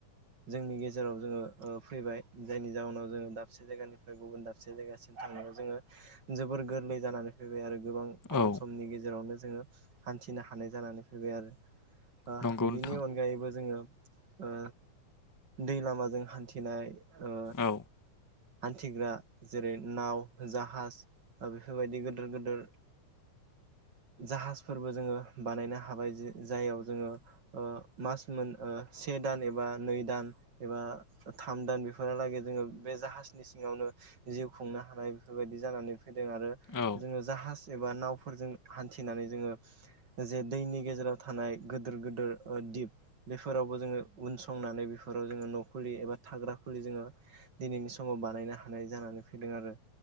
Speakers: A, on the right; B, on the left.
A: जोंनि गेजेराव जोङो फैबाय जायनि जाहोनाव जोङो दाबसे जायगानिफ्राय गुबुन दाबसे जायगासिम। थांनायाव जोङो जोबोर गोरलै जानानै फैबाय आरो गोबां खम
B: औ
A: समनि गेजेरावनो जोङो हान्थिनो हानाय जानानै फैबाय आरो।
B: नंगौ
A: बिनि
B: नोंथां
A: अनगायैबो जोङो ओ दै लामाजों हान्थिनाय ओ
B: औ
A: हान्थिग्रा जेरै नाव जाहाज बेफोरबायदि गिदिर गिदिर जाहाजफोरबो जोङो बानायनो हाबाय जाययाव जोङो मास मोन। से दान एबा नै दान एबा थाम दान बेफोरलागै जोङो बे जाह नि सिङावनो जिउ खुंनो हानाय बेफोरबायदि जानानै फैदों आरो
B: औ
A: जोङो जाह एबा नावफोरजों हान्थिनानै जोङो जे दैनि गेजेराव थानाय गिदिर गिदोर दिप बेफोरावबो जोङो उन संनानै बेफोराव जोङो न'खुलि एबा थाग्रा खुलि जोङो दिनैनि सम। समाव बानायनो हानाय जानानै फैदों आरो